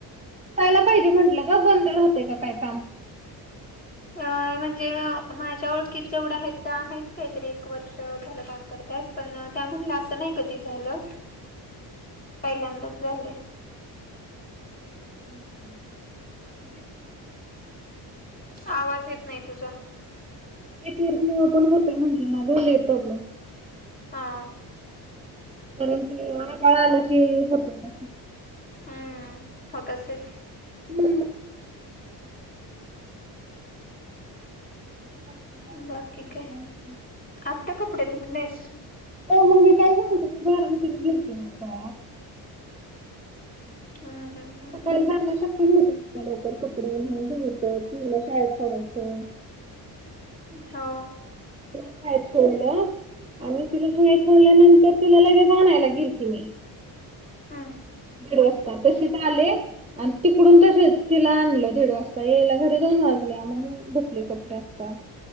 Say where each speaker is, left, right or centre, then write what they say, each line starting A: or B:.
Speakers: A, on the right; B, on the left.
A: यला पाहिजे म्हटलं ग, बंद राहतेय काय काम.
B: अ म्हणजे, माझ्या ओळखीत जेवढ्या आहेत त्या आहेत, काहीतरी एक वर्ष झालं काम करतायत. पण, त्यामधलं असं नाही कधी झालं.
A: <unintelligible>
B: पहिल्यांदाच झालय.
A: हम्म म
B: आवाज येत नाही तुझा.
A: एक आपण होतय म्हटलं ना झाले प्रॉब्लेम.
B: हा.
A: कारण की काळा आलं की होतेस
B: हम्म होत असेच.
A: हम्म. बसक आहे
B: बाकी
A: त.
B: काय आत्ता कपडे धुतलेस?
A: म मी काय आराम त लेे ना बा.
B: हम्म हम्म. हम्म
A: सकाळी जाला शक्य नवती, लवकर कपडे म्ह धुत पवीला शाळेत सोडायचं.
B: हो.
A: <unintelligible> आणि तिला सगई सोडल्यानंतर तिला लगेच आणायला गेल की मी.
B: हम्म
A: दिड वाजता तशिच आले. आणि तिकडून तसेच तिला आणलं दीड वाजता, येयला घरी दोन वाजले आम्हला. कसले कपडे असता.